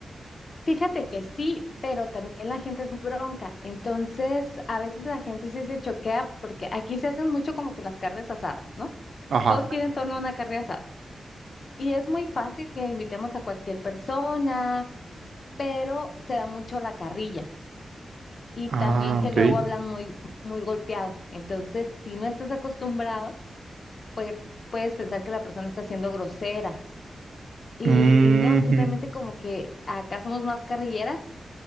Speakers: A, on the left; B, on the right.
A: Fíjate que sí, pero también la gente es bronca. Entonces, a veces la gente sí se choquea porque aquí se hacen mucho como que las carnes asadas, ¿no?
B: Ajá.
A: Todo gira en torno a una carne asada. Y es muy fácil que invitemos a cualquier persona, pero se da mucho la carrilla. Y
B: Ah,
A: también que
B: ok.
A: luego hablan muy, muy golpeado. Entonces, si no estás acostumbrado, pues puedes pensar que la persona está siendo grosera. Y,
B: Mm,
A: y no, simplemente como que acá somos más carrilleras